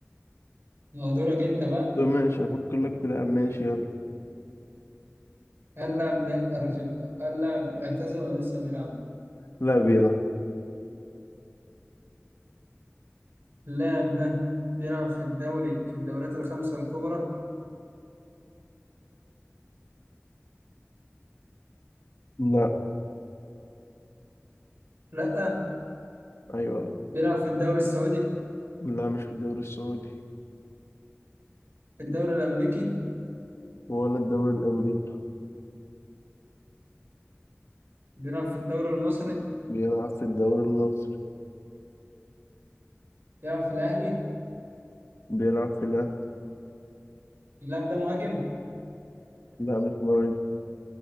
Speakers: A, on the right; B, on the left.
A: ما هو دورك أنت بقى
B: ماشي هفكر لك في لاعب ماشي يلا
A: هل اللاعب ده أرجع هل اللاعب اعتزل ولا لسه بيلعب؟
B: لا بيلعب
A: اللاعب ده بيلعب في الدوري في الدوريات الخمسة الكبرى؟
B: لا
A: لأ
B: أيوة
A: بيلعب في الدوري السعودي
B: لا مش في الدوري السعودي
A: في الدوري الأمريكي
B: ولا الدوري الأمريكي
A: بيلعب في الدوري المصري
B: بيلعب في الدوري المصري
A: بيلعب في الأهلي
B: بيلعب في الأهلي
A: اللاعب ده مهاجم
B: لا مش مهاجم